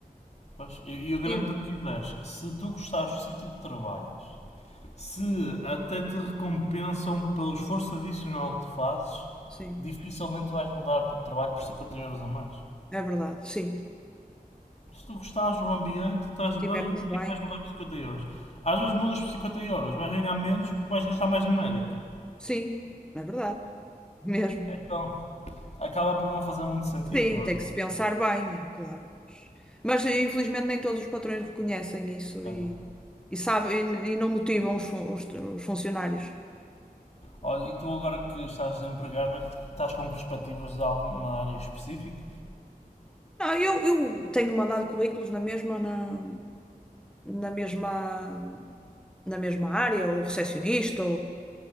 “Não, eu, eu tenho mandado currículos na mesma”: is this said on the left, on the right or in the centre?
Centre